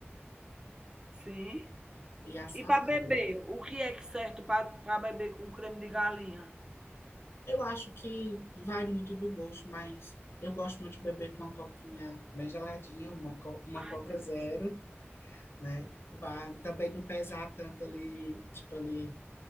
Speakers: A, on the right; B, on the left.
A: Sim.
B: e a salada.
A: E para beber, o que é que certo para beber com creme de galinha?
B: Eu acho que vai muito do gosto, mas eu gosto muito de beber com uma coquinha bem geladinha, uma, co- uma Coca
A: Ai, delícia.
B: Zero, né? Vai também não pesar tanto ali, tipo ali